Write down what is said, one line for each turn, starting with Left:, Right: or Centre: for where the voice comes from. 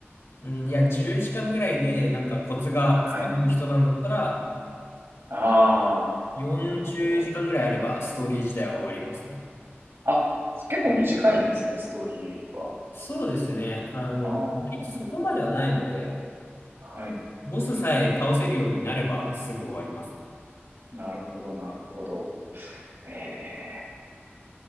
Left: うん、いや、10時間ぐらいで、なんかコツがつかめる人なんだったら、
Right: はい。ああ、
Left: 40時間ぐらいあれば、
Right: なるほど。
Left: ストーリー自体は終わりますね。
Right: あ、結構短いんですね、ストーリーは。
Left: そうですね。あの、
Right: あ
Left: 割とそこまではないので、
Right: あ、はい。
Left: ボスさえ倒せるようになれば、すぐ終わりますね。
Right: なるほど、なるほど。ええ。